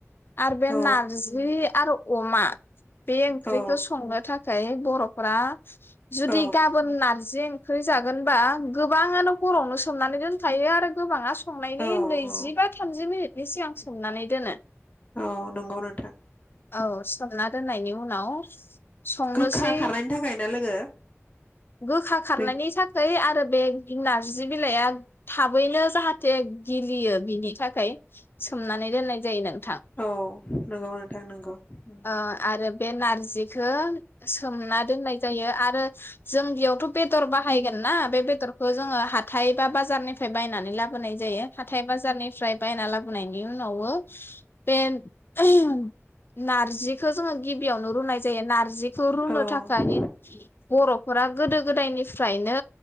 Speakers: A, on the left; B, on the left.
A: आरो बे
B: औ
A: नारजि आरो अमा बे ओंख्रिखौ
B: औ
A: संनो थाखाय बर'फोरा जुदि
B: औ
A: गाबोन नार ओंख्रि जागोनबा गोबाङानो हरावनो सोमनानै दोनखायो आरो गोबाङा संनायनि
B: औ
A: नैजिबा
B: औ
A: थामजि मिनिटनि सिगां सोमनानै दोनो।
B: अ नंगौ नोंथां।
A: औ सोमना दोननायनि उनाव संनोसै
B: गोखा खारनायनि थाखाय ना लोगो
A: गोखा खारनायनि
B: नों
A: थाखोय आरो बेदि नारजि बिलाइया थाबैनो जाहाथ थे गिलियो बिनि थाखाय सोमनानै दोननाय जायो नों
B: औ नोंगौ नोंथां नोंगौ उम।
A: ओ आरो बे नारजिख खो सोमना दोननाय जायो आरो जों बियाव बाहायगोन ना बे बेद' रखौ जोंङो हाथाय बा बाजारनिफ्राय बायनानै लाब बोनाय जायो हाथाय बाजारनिफ्राय बायना लाबोनायनि उनावबो बे <unintelligible> नारजि खो जोङो गिबियावनो रुनाय जायो नारजिखो रुनो
B: औ
A: थाखाय बर'फोरा गोदो गोदायनिफ्रायनो